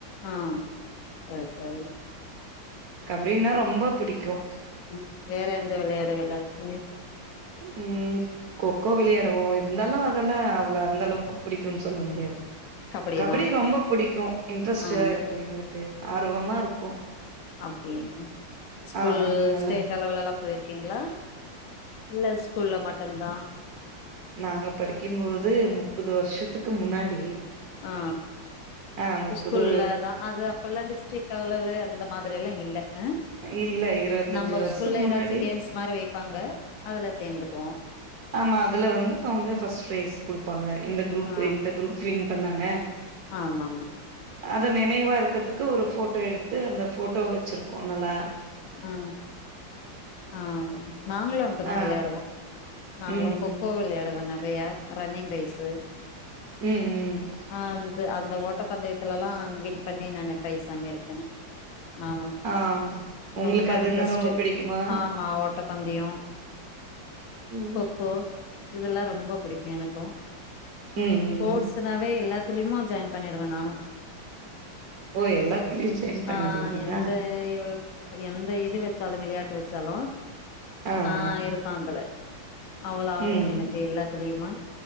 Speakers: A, on the left; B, on the right.
A: ஆ சார் சாரி
B: கபடினா ரொம்ப புடிக்கு
A: ம் வேற எந்த விளையாட விளயாடுனீங்க
B: ம் கொக்கோ விளையாடுவோ இருந்தாலு அதெல்லா அவ்ளோ அந்த அளவுக்கு புடிக்குனு சொல்ல முடியாது
A: கபடிதா
B: கபடி ரொம்ப புடிக்கு இன்ட்ரெஸ்ட்டா
A: ஆ
B: இருக்கு எங்களுக்கு ஆர்வமா இருக்கு
A: அப்டியா ஸ்போ
B: ஆ நல்ல
A: ஸ்டேட் அளவுலல்லா போயிருக்கீங்களா இல்ல ஸ்கூல்ல மட்டுந்தா
B: நாங்க படிக்கும்போது முப்பது வருஷத்துக்கு முன்னாடி
A: ஆ
B: ஆ முப்பது
A: ஸ்கூல்லதா அது அப்பல்லா டிஸ்ட்டிக் கவெலவு அந்த மாதிரி எல்லா இல்ல ஆ
B: இல்ல இருவத்தஞ்சு
A: நம்ப
B: வருஷத்துக்கு
A: ஸ்கூல்ல
B: முன்னாடி
A: எதாச்சு கேம்ஸ் மாரி வைப்பாங்க அதுல சேந்துக்குவோ
B: ஆமா அதுல வந்து அவங்க ஃபஸ்ட் பிரைஸ் குடுப்பாங்க இந்த குரூப்
A: ஆ
B: இந்த குரூப் வின் பண்ணாங்க
A: ஆமாமா
B: அது நினைவா இருக்கறதுக்கு ஒரு போட்டோ எடுத்து அந்த போட்டோ வச்சிருக்கோனல்ல
A: ம் அ நாங்களு அப்டிதா
B: ஆ
A: விளையாடுவோ நாங்களு
B: ம்
A: கொக்கோ விளையாடுவே நெறைய ரன்னிங் டேசு
B: ம் ம்
A: அந் அந்த ஓட்டப்பந்தயத்துலல்லா வின் பண்ணி நான் பிரைஸ் வாங்கியிருக்கே நானு
B: ஆ உங்களுக்கு
A: ரொம்ப
B: அதுன்னா
A: இன்ட்ரெஸ்ட்
B: ரொம்ப பிடிக்குமா
A: ஆமா ஓட்டப்பந்தயோ
B: ம்
A: கொக்கோ இதெல்லா ரொம்ப பிடிக்கு எனக்கு
B: ம்
A: ஸ்போர்ட்ஸ்
B: ம்
A: னாவே எல்லாத்துலயுமே ஜாயின் பண்ணிடுவே நானு
B: ஓ எல்லாத்துலயு ஜாயின் பண்ணிடுவீங்களா
A: ஆ எந்த இவப் எந்த இது வச்சாலு விளையாட்டு வச்சாலு
B: ஆ ஆ
A: நா இருப்பே அதுல அவ்வளோ ஆர்வோ
B: ம்
A: எனக்கு எல்லாத்துலயுமே